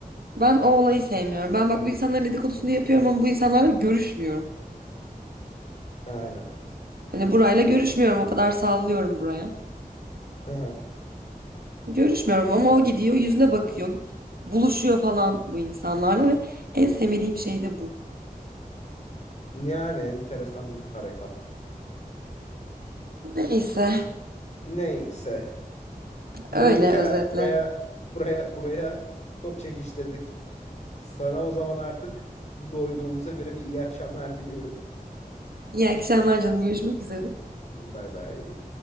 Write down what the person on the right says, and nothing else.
Ben o olayı sevmiyorum. Ben bak bu insanların dedikodusunu yapıyorum ama bu insanlarla görüşmüyorum.
Hani burayla görüşmüyorum.
O kadar sallıyorum buraya.
Görüşmüyorum ama o gidiyor yüzüne bakıyor. Buluşuyor falan bu insanlarla ve en sevmediğim şey de bu.
Neyse
öyle
özetle.
İyi akşamlar canım. Görüşmek üzere.